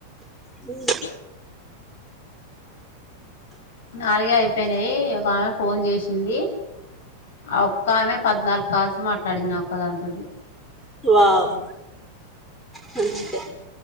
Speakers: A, in the centre; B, on the left.
A: ఉ
B: నాలుగే అయిపోయినాయి ఒక ఆమె ఫోన్ చేసింది ఆ ఒక్క ఆమె పద్నాలుగు కాల్స్ మాట్లాడింది నా ఒక్క దానితోటి
A: వావ్ మంచిది